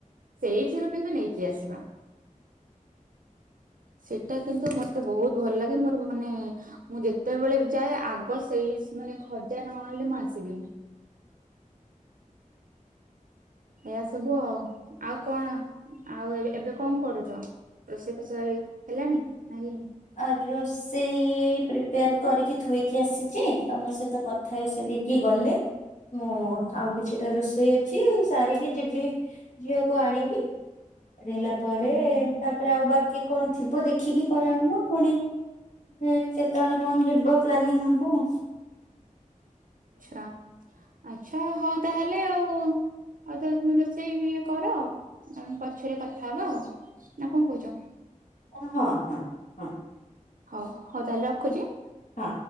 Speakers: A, on the right; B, on the left.
A: ସେଇଥିରୁ କିନ୍ତୁ ନେଇକି ଆସ ବା। ସେଇଟା କିନ୍ତୁ ମତେ ବହୁତ ଭଲ ଲାଗେ ମୋର ମାନେ ମୁଁ ଯେତେବେଳେ ଯାଏ ଆଗ ସେଇ ମାନେ ଖର୍ଜା ନ ଆଣିଲେ ମୁଁ ଆସିବିନି। ଏ ସବୁ ଆଉ ଆଉ କଣ ଆଉ ଏବେ କଣ କରୁଛ? ରୋଷେଇ ପ୍ରଷ ହେଲାଣି? ନା ହେଇନି?
B: ଆ ରୋଷେଇ ପ୍ରିପେୟାର କରିକି ଥୋଇକି ଆସିଛି ତମ ସହିତ କଥା ହେଇସାରିକି ଗଲେ ମୁଁ ଆଉ କିଛିଟା ରୋଷେଇ ଅଛି ସାରିକି ଯିବି ଝିଅକୁ ଆଣିବି। ହେଲା ପରେ
A: ହୁଁ ହୁଁ
B: ତାପରେ ଆଉ ବାକି କଣ ଥିବ ଦେଖିକି କରାହବ। ପୁଣି କେତେବେଳେ କଣ ଯିବ ପ୍ଲାନିଂ ହବ। <inaudible>
A: ଆଚ୍ଛା ଆଚ୍ଛା ହଉ ତାହେଲେ ଆଉ ଆଉ ତାହେଲେ ତମେ ରୋଷେଇ ଇଏ କର ପଛରେ କଥା ହବା ଆଉ ଆ କଣ କହୁଛ।
B: ଓ ହଁ ହଁ ହଁ।
A: ହଉ ହଉ ତାହେଲେ ରଖୁଛି।
B: ହଁ।